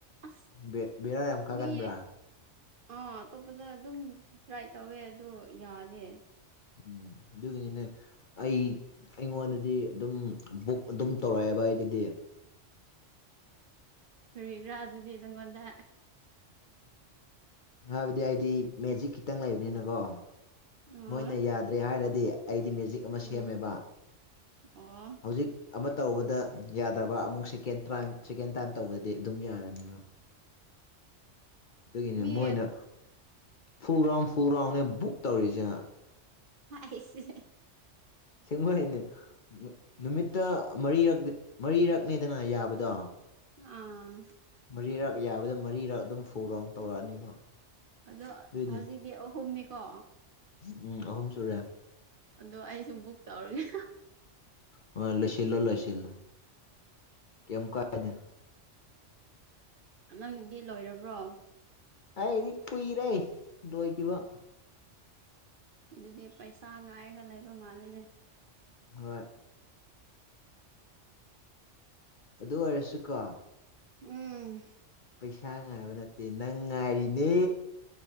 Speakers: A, on the right (about 55°); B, on the left (about 50°).
A: ꯑꯁ
B: ꯕ‌ꯦ ꯕꯦꯔꯥ ꯌꯥꯝ ꯀꯥꯒꯟꯕ꯭ꯔꯥ
A: ꯃꯤ ꯑꯥ ꯑꯇꯣꯞꯄꯗ ꯑꯗꯨꯝ ꯇ꯭ꯔꯥꯏ ꯇꯧꯋꯦ ꯑꯗꯣ ꯌꯥꯔꯦ
B: ꯎꯝ ꯑꯗꯨꯒꯤꯅꯤꯅꯦ ꯑꯩ ꯑꯩꯉꯣꯟꯗꯗꯤ ꯑꯗꯨꯝ ꯕꯨꯛ ꯑꯗꯨꯝ ꯇꯧꯔꯛꯑꯦꯕ ꯑꯩꯒꯤꯗꯤ
A: ꯀꯔꯤꯔꯥ ꯑꯗꯨꯗꯤ ꯅꯪꯉꯣꯟꯗ
B: ꯍꯥꯏꯕꯗꯤ ꯑꯩꯗꯤ ꯃꯦꯖꯤꯛ ꯈꯤꯇꯪ ꯂꯩꯕꯅꯤꯅꯀꯣ
A: ꯎꯝ
B: ꯃꯣꯏꯅ ꯌꯥꯗ꯭ꯔꯦ ꯍꯥꯏꯔꯗꯤ ꯑꯩꯗꯤ ꯃꯦꯖꯤꯛ ꯑꯃ
A: ꯎꯝ
B: ꯁꯦꯝꯃꯦꯕ
A: ꯑꯣ
B: ꯍꯧꯖꯤꯛ ꯑꯃ ꯇꯧꯕꯗ ꯌꯥꯗ꯭ꯔꯕ ꯑꯃꯨꯛ ꯁꯦꯀꯦꯟ ꯇꯥꯏꯝ ꯁꯦꯀꯦꯟ ꯇꯥꯏꯝ ꯇꯧꯕꯗꯗꯤ ꯑꯗꯨꯝ ꯌꯥꯔꯅꯤꯕ
A: <unintelligible>
B: ꯑꯗꯨꯒꯤꯅꯤ
A: ꯃꯤ
B: ꯃꯣꯏꯅ ꯐꯨꯜꯔꯥꯎꯟ ꯐꯨꯜꯔꯥꯎꯟꯅꯦ ꯕꯨꯛ ꯇꯧꯔꯤꯁꯦ
A: ꯍꯥꯏꯁ‌ꯦ
B: ꯑꯁꯦꯡꯕꯩꯅꯦ ꯅꯨꯃꯤꯠꯇ ꯃꯔꯤꯔꯛ ꯃꯔꯤꯔꯛꯅꯦꯗꯅ ꯌꯥꯕꯗꯣ
A: ꯑꯥ
B: ꯃꯔꯤꯔꯛ ꯌꯥꯕꯗ ꯃꯔꯤꯔꯛ ꯑꯗꯨꯝ ꯐꯨꯔ ꯔꯥꯎꯟ ꯇꯧꯔꯛꯑꯅꯦꯕ
A: ꯑꯗꯣ
B: ꯑꯗꯨꯏꯅꯦ
A: ꯍꯧꯖꯤꯛꯗꯤ ꯑꯍꯨꯝꯅꯤꯀꯣ
B: ꯎꯝ ꯑꯍꯨꯝ ꯁꯨꯔꯦ
A: ꯑꯗꯣ ꯑꯩꯁꯨ ꯕꯨꯛ ꯇꯧꯔꯒꯦ
B: ꯍꯣꯏ ꯂꯣꯏꯁꯤꯜꯂꯣ ꯂꯣꯏꯁꯤꯜꯂꯣ ꯀꯦꯝ ꯀꯥꯏꯗꯦ
A: ꯅꯪꯗꯤ ꯂꯣꯏꯔꯕ꯭ꯔꯣ
B: ꯑꯩꯒꯤꯗꯤ ꯀꯨꯏꯔꯦ ꯂꯣꯏꯒꯤꯕ
A: ꯑꯗꯨꯗꯤ ꯄꯩꯁꯥ ꯉꯥꯏꯔꯒ ꯂꯩꯕ ꯃꯥꯜꯂꯦꯅꯦ
B: ꯍꯣꯏ ꯑꯗꯨ ꯑꯣꯏꯔꯁꯨꯀꯣ
A: ꯎꯝ
B: ꯄꯩꯁꯥ ꯉꯥꯏꯕ ꯅꯠꯇꯦ ꯅꯪ ꯉꯥꯏꯔꯤꯅꯦ